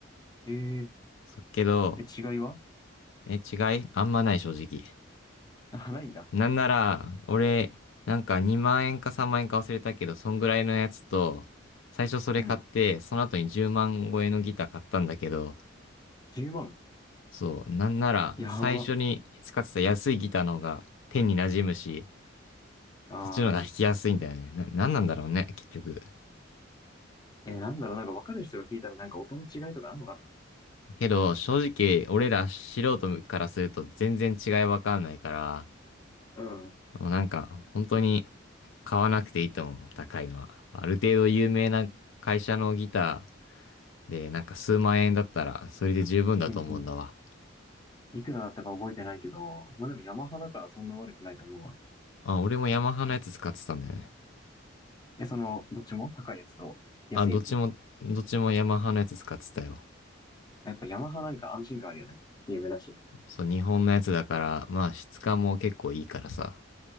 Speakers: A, on the left; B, on the left.
A: ええ。
B: そっけど、
A: え、違いは
B: え、違いあんまない、正直。
A: あ、ないんだ。
B: なんなら、俺、なんか2万円か3万円か忘れたけど、そんぐらいのやつと、最初それ買って、
A: うん。
B: その後に10万超えのギター買ったんだけど、
A: 10万。
B: そう、なんなら、
A: やば。
B: 最初に使ってた安いギターの方が手に馴染むし、
A: あ
B: そっちの方が弾きやすいんだよね。な、なんなんだろうね、結局。
A: ー。え、なんだろう、なんかわかる人が聞いたらなんか音の違いとかあんのか
B: けど、正直、俺ら素人からすると全然違いわかんないから、
A: なうん。
B: もうなんか、本当に買わなくていいと思う、高いのは。ある程度有名な会社のギターで、なんか数万円だったら、それで十分だと思うんだわ。
A: うんうん。いくらだったか覚えてないけど、まあでもヤマハだからそんな悪くないと思うわ。
B: あ、俺もヤマハのやつ使ってたんだよね。
A: え、その、どっちも高いやつと安いやつ。
B: あ、どっちも、どっちもヤマハのやつ使ってたよ。
A: やっぱヤマハなんか安心感あるよね。有名だし。
B: そう、日本のやつだから、まあ質感も結構いいからさ。